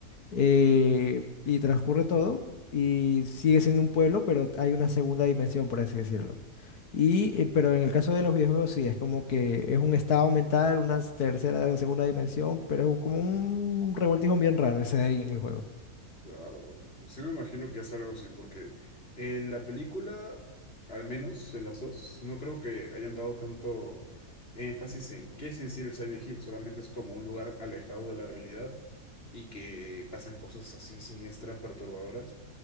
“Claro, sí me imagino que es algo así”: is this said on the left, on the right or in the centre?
Left